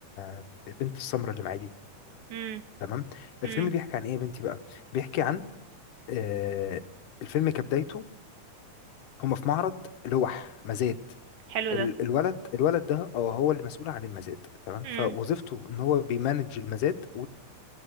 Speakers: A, on the left; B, on the right.
A: آه، البنت السمراء اللي معايا دي
B: امم
A: تمام الفيلم
B: امم
A: بيحكي عن ايه يا بنتي بقى بيحكي عن آه الفيلم كبدايته هما في معرض لوح مزاد
B: حلو
A: ال-
B: ده
A: الولد الولد ده اه هو اللي مسؤول عن المزاد تمام
B: امم
A: فوظيفته ان هو بيمانج المزاد